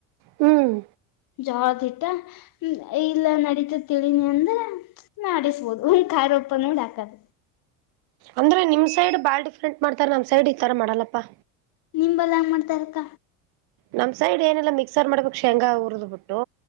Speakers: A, on the right; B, on the left.
A: ಹ್ಮ್
B: ಜ್ವಾಳದ ಹಿಟ್ಟ ಇಲ್ಲ ನಡೀತ ತಿಳಿನಿ ಅಂದ್ರ. ನಿಸಬೋದು ಕಾರ ಉಪ್ಪಾ ನೋಡ್ ಹಾಕದ.
A: ಅಂದ್ರ ನಿಮ್ ಸೈಡ್ ಬಾಳ್ ಡಿಫ್ರೆಂಟ್ ಮಾಡ್ತಾರೆ ನಮ್ ಸೈಡ್ ಈ ತರ ಮಾಡಲ್ಲಪ್ಪಾ.
B: ನಿಂಬಲ್ಲ ಹಂಗೆ ಮಾಡ್ತಾರಕ್ಕ.
A: ನಮ್ಮ ಸೈಡ್ ಏನೆಲ್ಲ ಮಿಕ್ಸರ್ ಮಾಡ್ಬೇಕು ಶೇಂಗಾ ಉುರಿದ್ಬಿಟ್ಟು.